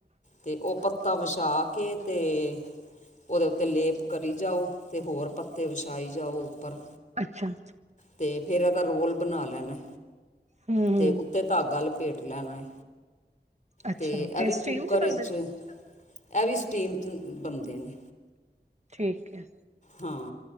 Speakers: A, on the left; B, on the right.
A: ਤੇ ਉਹ ਪੱਤਾ ਵਿਛਾ ਕੇ ਤੇ ਉਹਦੇ ਉੱਤੇ ਲੇਪ ਕਰੀ ਜਾਓ ਅਤੇ ਹੋਰ ਪੱਤੇ ਵਿਛਾਈ ਜਾਓ ਉੱਪਰ
B: ਅੱਛਾ!
A: ਤੇ ਫੇਰ ਇਹਦਾ ਰੋਲ ਬਣਾ ਲੈਣਾ
B: ਹਮ
A: ਤੇ
B: ਹਮ
A: ਉੱਤੇ ਧਾਗਾ ਲਪੇਟ ਲੈਣਾ ਏ,
B: ਅੱਛਾ,
A: ਤੇ ਇਹ ਵੀ
B: ਸਟੀਮ
A: ਕੁੱਕਰ
B: 'ਚ ਬਣਦੇ
A: ਵਿੱਚ,
B: ਨੇ?
A: ਇਹ ਵੀ ਸਟੀਮ 'ਚ ਬਣਦੇ ਨੇ,
B: ਠੀਕ ਹੈ!
A: ਹੂੰ!